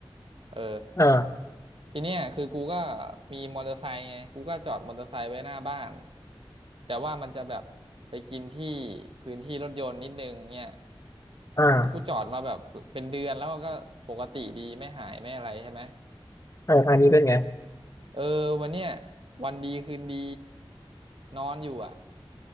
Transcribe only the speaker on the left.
เออ
อ่า
เอออันนี้เป็นไง